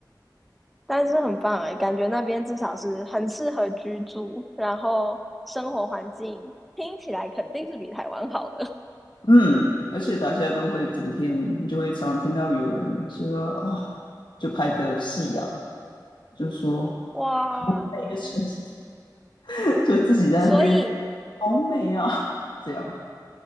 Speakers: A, in the centre; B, on the left (about 80°).
A: 但是很棒哎，感觉那边至少是很适合居住，然后生活环境听起来肯定是比台湾好的。
B: 嗯，而且大家都会整天，你就会常常听到有人说哦，就拍个夕阳，就说
A: <laughs> 哇，
B: 美的城市，<laughs> 就自己在那边好美啊，
A: 所以
B: 这样。